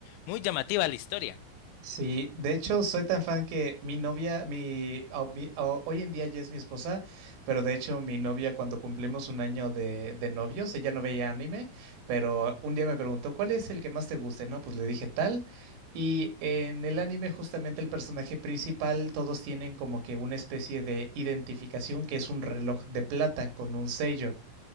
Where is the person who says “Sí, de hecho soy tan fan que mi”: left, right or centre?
Right